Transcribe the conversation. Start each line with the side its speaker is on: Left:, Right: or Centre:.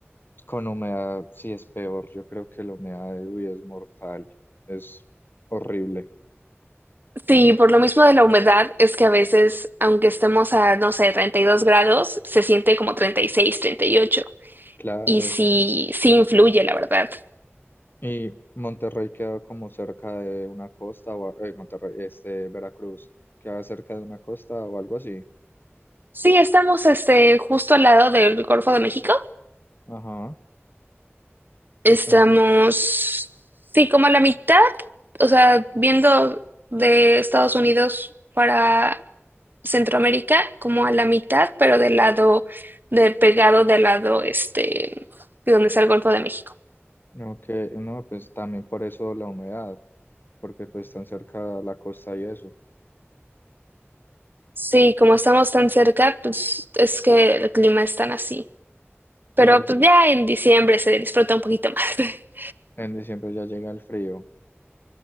Left: con humedad sí es peor, yo creo que la humedad, uy, es mortal, es horrible,
Right: Sí, por lo mismo de la humedad, es que a veces, aunque estemos a, no sé, 32 grados, se siente como 36, 38. Y ocho.
Left: claro.
Right: Y sí, sí influye, la verdad.
Left: Y Monterrey queda como cerca de una costa, o, a- eh, Monterrey, este, Veracruz, queda cerca de una costa o algo así.
Right: Sí, estamos este, justo al lado del Golfo de México.
Left: Ajá,
Right: Estamos,
Left: ent-
Right: sí, como a la mitad, o sea, viendo de Estados Unidos para Centroamérica, como a la mitad, pero del lado, de pegado del lado, este, de donde está el Golfo de México.
Left: ok, no, pues también por eso la humedad. porque pues están cerca a la costa y eso.
Right: Sí, como estamos tan cerca, pues es que el clima es tan así. Pero
Left: Sí, porque
Right: pues ya en diciembre se disfruta un poquito más. <laughs>
Left: en diciembre ya llega el frío.